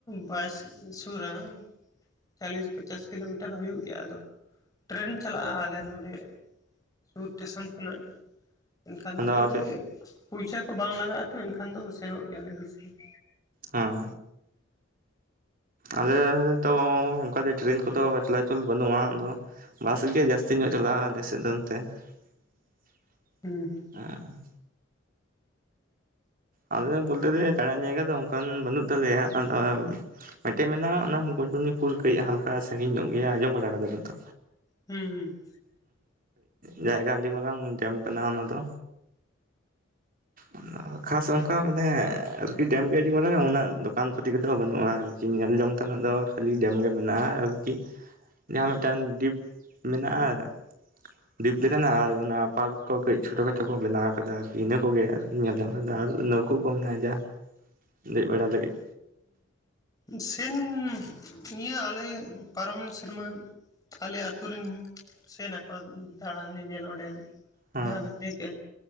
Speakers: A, on the left; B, on the right.
A: ᱵᱟᱭ ᱥᱩᱨᱟ ᱪᱟᱞᱤᱥ ᱯᱟᱪᱟᱥ ᱠᱤᱞᱳᱢᱤᱴᱟᱨ᱾ ᱥᱮᱴᱮᱨ ᱦᱩᱭᱩᱜ ᱜᱮᱭᱟ ᱟᱫᱚ ᱴᱨᱮᱱ ᱪᱟᱞᱟᱜᱼᱟ ᱟᱞᱮ ᱱᱚᱱᱰᱮ᱾ ᱥᱩᱨ ᱴᱮᱥᱚᱱ ᱠᱷᱚᱱᱟᱜ ᱮᱱᱠᱷᱟᱱ
B: ᱦᱮᱸ
A: ᱫᱚ
B: ᱟᱫᱚ
A: ᱚᱱᱟᱨᱮ
B: ᱟᱯᱮ
A: ᱾ ᱯᱩᱭᱥᱟ ᱠᱚ ᱵᱟᱝ ᱞᱟᱜᱟᱜᱼᱟ ᱛᱚ ᱮᱱᱠᱷᱟᱱ ᱫᱚ ᱥᱮᱱᱚᱜ ᱜᱮᱭᱟᱞᱮ ᱵᱮᱥᱤ ᱾
B: ᱦᱮᱸ ᱟᱞᱮ ᱛᱚᱸ ᱚᱱᱠᱟ ᱴᱨᱮᱱ ᱠᱚᱫᱚ ᱪᱚᱞᱟᱪᱚᱞ ᱵᱟᱹᱱᱩᱜᱼᱟ ᱟᱫᱚ ᱵᱟᱥ ᱜᱮ ᱡᱟᱹᱥᱛᱤ ᱧᱚᱜ ᱪᱟᱞᱟᱜᱼᱟ ᱟᱞᱮ ᱥᱮᱫ ᱫᱚ ᱱᱚᱛᱮ᱾ <unintelligible>
A: ᱦᱩᱸ ᱦᱩᱸ
B: ᱟᱸᱻ ᱟᱸᱻ ᱟᱞᱮᱫᱚ ᱵᱚᱞᱛᱮ ᱫᱚ ᱫᱟᱲᱟᱱ ᱡᱟᱭᱜᱟ ᱫᱚ ᱚᱱᱠᱟᱱ ᱵᱟᱹᱱᱩᱜ ᱛᱟᱞᱮᱭᱟ ᱾ ᱢᱮᱫᱴᱮᱱ ᱢᱮᱱᱟᱜᱼᱟ ᱚᱱᱟ ᱢᱩᱠᱩᱴᱢᱚᱱᱤᱯᱩᱨ ᱠᱟᱹᱡ ᱦᱟᱞᱠᱟ ᱥᱟᱺᱜᱤᱧ ᱧᱚᱜ ᱜᱮᱭᱟ ᱟᱸᱡᱚᱢ ᱵᱟᱲᱟ ᱠᱟᱫᱟ ᱯᱮᱛᱚ
A: ᱦᱩᱸᱻ ᱦᱩᱸᱻ
B: ᱡᱟᱭᱜᱟ ᱟᱰᱤ ᱢᱟᱨᱟᱝ ᱡᱟᱢ ᱠᱟᱱᱟ ᱚᱱᱟ ᱫᱚ᱾ ᱚᱱᱟ <inaudible> ᱠᱷᱟᱥ ᱚᱝᱠᱟ ᱢᱟᱱᱮ ᱟᱨᱠᱤ ᱰᱮᱢ ᱜᱮ ᱟᱹᱰᱤ ᱢᱟᱨᱟᱝᱟ ᱚᱱᱟ ᱫᱚᱠᱟᱱ ᱯᱟᱹᱛᱤ ᱠᱚᱫᱚ ᱵᱟᱹᱱᱩᱜᱼᱟ ᱟᱨ ᱧᱮᱞ ᱡᱚᱝ ᱛᱮᱱᱟᱜ ᱫᱚ ᱠᱷᱟᱹᱞᱤ ᱰᱮᱢ ᱜᱮ ᱢᱮᱱᱟᱜᱼᱟ ᱟᱨᱠᱤ᱾ ᱡᱟᱦᱟᱸ ᱢᱤᱫᱴᱟᱝ ᱰᱤᱯ ᱢᱮᱱᱟᱜᱼᱟ᱾ ᱫᱤᱯ ᱞᱮᱠᱟᱱᱟ ᱟᱨ ᱚᱱᱟ ᱯᱟᱨᱠ ᱠᱚ ᱠᱟᱹᱡ ᱪᱷᱳᱴᱳ ᱠᱷᱟᱴᱳ ᱠᱚ ᱵᱮᱱᱟᱣ ᱠᱟᱫᱟ ᱟᱨᱠᱤ ᱤᱱᱟᱹ ᱠᱚᱜᱮ ᱟᱨᱠᱤ ᱧᱮᱞ ᱫᱚ᱾ ᱟᱨ ᱱᱟᱹᱣᱠᱟᱹ ᱠᱚ ᱢᱮᱱᱟᱜᱼᱟ ᱡᱟ ᱫᱮᱡ ᱵᱟᱲᱟ ᱞᱟᱹᱜᱤᱫ᱾
A: ᱦᱩᱸ ᱥᱮᱱ ᱱᱤᱭᱟᱹ ᱟᱞᱮ ᱯᱟᱨᱚᱢᱮᱱ ᱥᱮᱨᱢᱟ᱾ ᱟᱞᱮ ᱟᱛᱩ ᱨᱤᱱ ᱥᱮᱱ ᱟᱠᱚ ᱫᱟᱬᱟᱱ ᱧᱮᱧᱮᱞ ᱚᱱᱰᱮ᱾
B: ᱦᱮᱸ
A: ᱡᱟᱸᱦᱟᱸ ᱵᱤᱱ ᱞᱟᱹᱭ ᱠᱮᱜᱼᱟ